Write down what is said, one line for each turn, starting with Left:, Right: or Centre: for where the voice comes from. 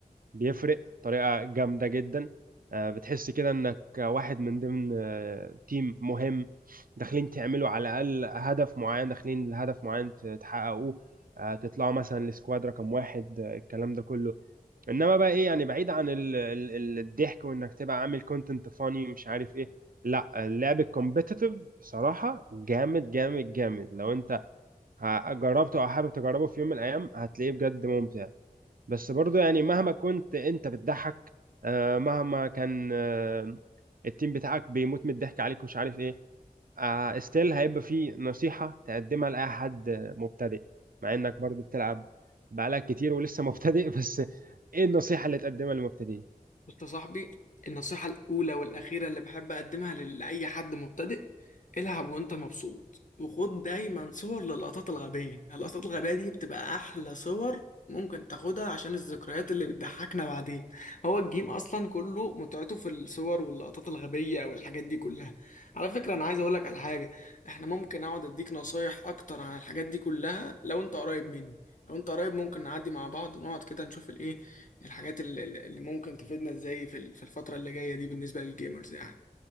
Right: بيفرق بطريقه جامده جدا آه بتحس كده انك واحد من ضمن آه تيم مهم داخلين تعملوا على الاقل هدف معين داخلين لهدف معين ت- تحققوه آه تطلعوا مثلا لسكواد رقم واحد آه الكلام ده كله انما بقى ايه يعني بعيد عن ال ال ال- الضحك وانك تبقى عامل كونتنت فاني مش عارف ايه لا اللعب الكومبيتيتيف بصراحة جامد جامد جامد لو انت ه- جربته او حابب تجربه في يوم من الايام هتلاقيه بجد ممتع بس برضو يعني مهما كنت انت بتضحك آه، مهما كان آه، التيم بتاعك بيموت من الضحك عليك مش عارف ايه آه ستيل هيبقى في نصيحة تقدمها لأي حد مبتدئ مع إنك برضو بتلعب بقالك كتير ولسه مبتدئ <laughs> بس إيه النصيحة اللي تقدمها للمبتدئين
Left: بص يا صاحبي النصيحة الأولى والأخيرة اللي بحب أقدمها لل- لأي حد مبتدئ العب وأنت مبسوط وخد دايما صور للقطات الغبية اللقطات الغبية دي بتبقى أحلى صور ممكن تاخدها عشان الذكريات اللي بتضحكنا بعدين هو الجيم أصلا كله متعته في الصور واللقطات الغبية والحاجات دي كلها على فكرة أنا عايز أقولك على حاجة إحنا ممكن أقعد أديك نصايح أكتر عن الحاجات دي كلها لو أنت قريب مني لو أنت قريب ممكن نعدي مع بعض ونقعد كده نشوف الإيه الحاجات ال- ال- اللي ممكن تفيدنا ازاي في ال- في الفترة اللي جاية دي بالنسبة للجيمرز يعني